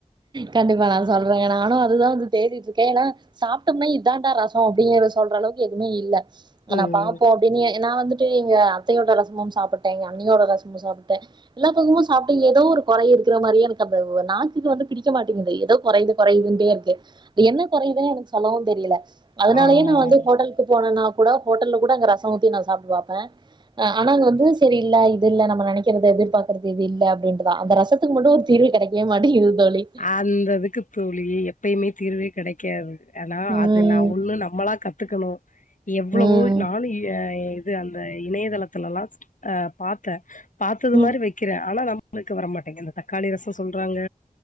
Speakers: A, on the right; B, on the left.
A: கண்டிப்பா நா சொல்றேங்க நானும் அதுதா வந்து தேடிட்டு இருக்கே ஏன்னா சாப்ட்டோம்னா இதான்டா ரசோ அப்டிங்கற சொல்ற அளவுக்கு எதுமே இல்ல ஆனா
B: ம்
A: பாப்போ எண்ணிய நா வந்துட்டு எங்க அத்தயோட ரசமு சாப்ட்டே எங்க அண்ணியோட ரசமு சாப்ட்டே எல்லா பக்கமு சாப்ட்டு ஏதோ ஒரு கொற இருக்கிற மாரியே எனக்கு அந்த நாக்குக்கு வந்து பிடிக்க மாட்டேங்குது ஏதோ குறயுது குறயுதுன்ட்டே இருக்கு என்ன கொறையுதுன்னு எனக்கு சொல்லவு தெரியல அதனாலயே
B: ஆ
A: நா வந்து ஹோட்டல் க்கு போனனா கூட ஹோட்டல்ல கூட அங்க ரசோ ஊத்தி நா சாப்ட்டு பாப்பே ஆ ஆனா அங்க வந்து சரி இல்ல இது இல்ல நம்ம நெனக்கிறது எதிர்பாக்றது இது இல்ல அப்டின்றதா அந்த ரசத்துக்கு மட்டு ஒரு தீர்வு கெடைக்கவே மாட்டேங்குது தோழி.
B: அந்ததுக்கு தோழி எப்பயுமே தீர்வே கிடைக் <unintelligible> ஆனா
A: ம் ம்
B: அது நா ஒண்ணு நம்மளா கத்துக்கணு எவ்ளவோ
A: ம்
B: நானு யா எ இது அந்த இணயதளத்துலல்லா அ பாத்த பாத்தது
A: ம்
B: மாரி வை க்கிற ஆனா நம்மளுக்கு வரமாட்டேங்குது இந்த தக்காளி ரசோ சொல்றாங்க